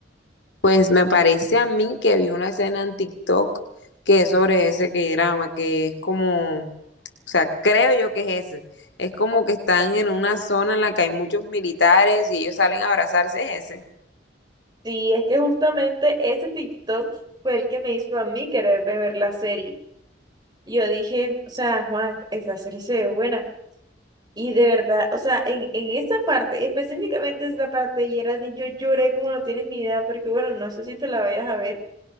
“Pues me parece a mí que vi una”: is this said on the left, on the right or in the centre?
Left